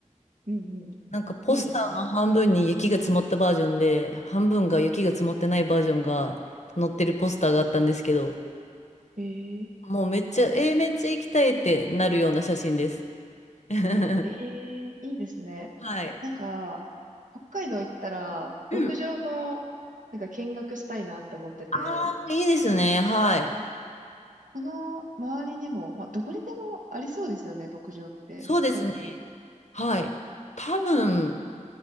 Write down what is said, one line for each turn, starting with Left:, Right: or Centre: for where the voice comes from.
Right: うんうん。
Left: なんかポスターの半分に雪が積もったバージョンで、
Right: いいですね。
Left: 半分が雪が積もってないバージョンが載ってるポスターがあったんですけど、
Right: ええ
Left: もうめっちゃ、えーめっちゃ行きたいってなるような写真です。<laughs>
Right: ええいいですね。
Left: はい。
Right: なんか、北海道行ったら、
Left: うん。
Right: 牧場も、なんか見学したいなって思ってて、
Left: ああ、いいですね。はい。
Right: この周りにも、まあ、どこにでもありそうですよね、牧場って、
Left: そうですね。
Right: 北海道だと。
Left: はい。多分、